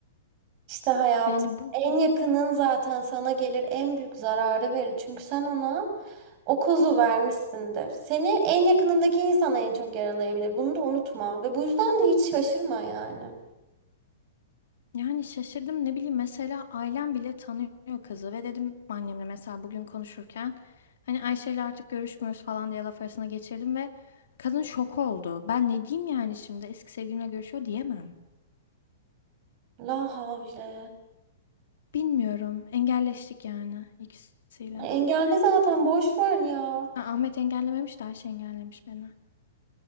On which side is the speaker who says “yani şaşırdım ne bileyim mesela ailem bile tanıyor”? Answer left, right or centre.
Left